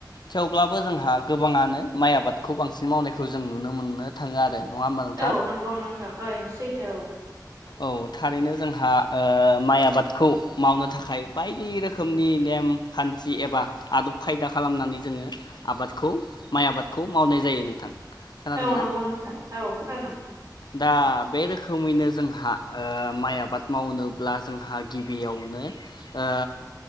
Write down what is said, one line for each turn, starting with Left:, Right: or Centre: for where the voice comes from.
Left: थेवब्लाबो जोंहा गोबाङानो माइ आबादखौ बांसिन मावनायखौ जों नुनो मोननो थाङो आरो नङा होमबा नोंथां?
Right: औ नोंगौ नोंथां ओइनो सैथो औ
Left: औ थारैनो जोंहा ओ माइ आबादखौ मावनो थाखाय बायदि रोखोमनि नेम खान्थि एबा आदब खायदा खालामनानै जोङो आबादखौ माइ आबादखौ मावनाय जायो नोंथां खोनादोंना
Right: औ नंगौ नोंथां औ खोनादों
Left: दा बे रोखोमैनो जोंहा ओ माइ आबाद मावनोब्ला जोंहा गिबियावनो ओ